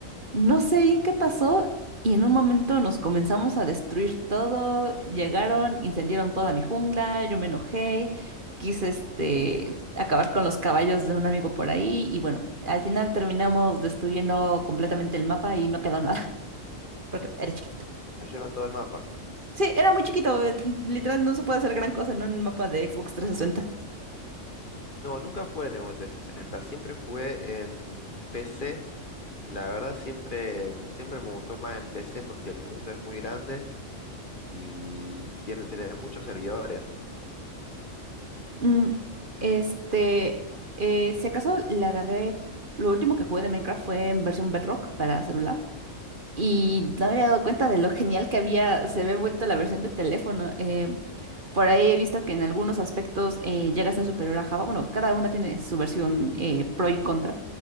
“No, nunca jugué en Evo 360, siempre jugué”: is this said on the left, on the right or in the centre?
Left